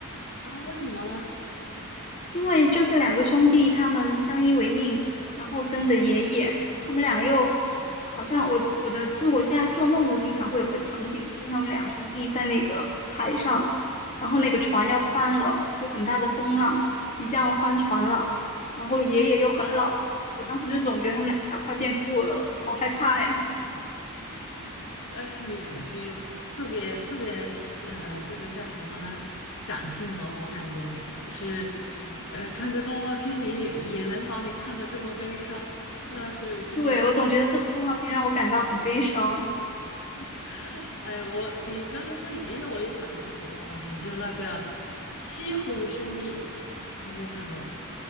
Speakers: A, on the left; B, on the left.
A: 啊？为什么呢？
B: 因为就是两个兄弟，他们相依为命，然后跟着爷爷，他们俩又好像我我的就我现在做梦都经常会有个场景，就是他们俩兄弟在那个海上，然后那个船要翻了，就很大的风浪，即将要翻船了，然后爷爷又很老了，我当时就总觉得他们俩快变孤儿了，好害怕呀！
A: 呃，你你特别特别喜呃，这个叫什么呢？感性哦，我感觉就是呃，看个动画片你也能把你看的这么悲伤，那是真的。
B: <laughs> 对，我总觉得这部动画片让我感到很悲伤。
A: <laughs> 哎，我你刚刚说爷爷，我也想到一部动画片，就是那个《七葫芦兄弟》，有没有看过